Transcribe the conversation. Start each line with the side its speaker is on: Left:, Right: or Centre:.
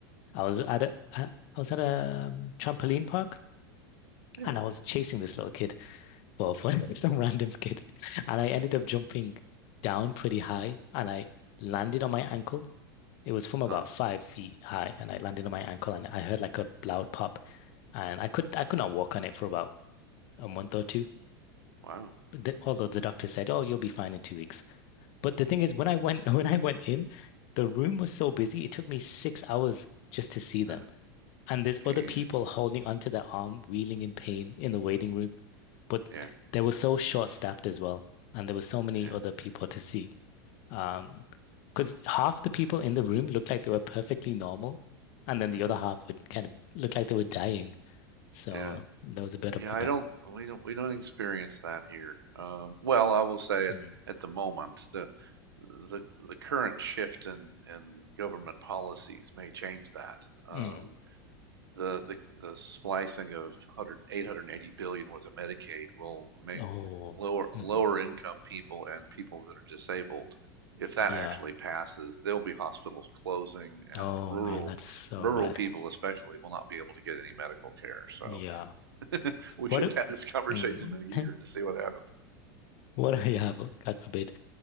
Left: I was at a I, I was at a um, trampoline park
Right: Yeah.
Left: and I was chasing this little kid for for <laughs> some random kid, and I ended up jumping down pretty high and I landed on my ankle. It was from about
Right: Uh,
Left: five feet high, and I landed on my ankle and I heard like a loud pop, and I could I could not walk on it for about a month or two.
Right: wow.
Left: But the, although the doctor said, "Oh, you'll be fine in two weeks." But the thing is, when I went <laughs> when I went in, the room was so busy, it took me six hours just to see them.
Right: Uh,
Left: And there's
Right: Jeez.
Left: other people holding onto their arm, wheeling in pain in the waiting room. But
Right: Yeah.
Left: they were so short-staffed as well, and there were so many
Right: Yeah.
Left: other people to see. Um, because half the people in the room looked like they were perfectly normal, and then the
Right: hmm
Left: other half would kind of look like they were dying. So
Right: Yeah.
Left: there was a bit
Right: Yeah,
Left: of a
Right: I
Left: ba-
Right: don't we don't we don't experience that here. Um, well, I will say
Left: Mm.
Right: at, at the moment the the the current shift in in government policies may change that. Um,
Left: Mm.
Right: the the the slicing of one hundred eight hundred eighty billion worth of Medicaid will make
Left: Oh,
Right: lower
Left: hmm
Right: lower income people and people that are disabled. If that
Left: Yeah.
Right: actually passes, there'll be hospitals closing and
Left: Oh
Right: rural
Left: man, that's so
Right: rural
Left: bad.
Right: people especially will not be able to get any medical care. So
Left: Yeah.
Right: <laughs> we
Left: What
Right: should
Left: a,
Right: have this conversation
Left: mm,
Right: in a year
Left: <laughs>
Right: and to see what happened.
Left: what I have, God forbid.